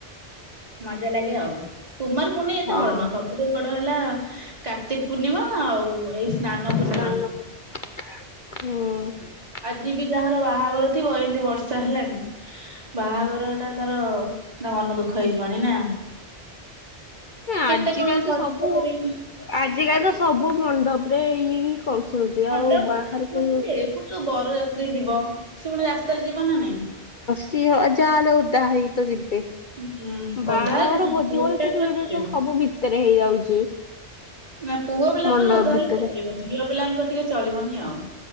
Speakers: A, on the right; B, on the left.
A: ମଜା ଲାଗେ ଆଉ କୁମାର ପୂର୍ଣ୍ଣିମା ଏତେ
B: ହଁ।
A: ବଡ଼ ନୁହ ସବୁଠୁ ବଡ଼ ହେଲା କାର୍ତିକ ପୂର୍ଣ୍ଣିମା ଆଉ ଏଇ ସ୍ନାନ ପୂର୍ଣ୍ଣିମା
B: ସ୍ ନବ ହୁଁ <inaudible>
A: ଆଜି ବି ଯାହାର ବାହାଘର ଥିବ ଏମିତି ବର୍ଷା ହେଲାଣି। ବାହାଘର ଟା ତାର ମନ ଦୁଃଖ ହେଇଯିବଣି ନା
B: ଆଜିକାଲି
A: କେତେ କଣ
B: ତ
A: ଖର୍ଚ୍ଚ
B: ସବୁ
A: କରିକି
B: ଆଜିକାଲି ତ ସବୁ ମଣ୍ଡପରେ ଇଏ କରୁଛନ୍ତି
A: ମଣ୍ଡପ
B: ଆଉ ବାହାରକୁ
A: ଯାଉଛନ୍ତି ଯେ ଯୋଉ ବରଯାତ୍ରୀ ଯିବ ସେ ପୁଣି ରାସ୍ତାରେ ଯିବ ନା ନାଇଁ
B: କି ଯାହାହେଲେ ଓଦା ହେଇତ ଜିିବେ।
A: ହୁଁ
B: ବାହାଘର
A: ଓଦା ହେଇ
B: ଭୋଜି
A: ପୁଅ
B: ଭଳିିକି,
A: ପିଲାଙ୍କର
B: ସବୁ
A: ଚଳିବ
B: ଏ ସବୁ ସବୁ ଭିତରେ ହେଇଯାଉଛି।
A: ନା ପୁଅ ପିଲାଙ୍କର
B: ମଣ୍ଡପ
A: ଓଦା
B: ଭିତରେ
A: ହେଲେ ଚଳିବ। ଝିଅ ପିଲାଙ୍କର ଟିକେ ଚଳିବନି ଆଉ।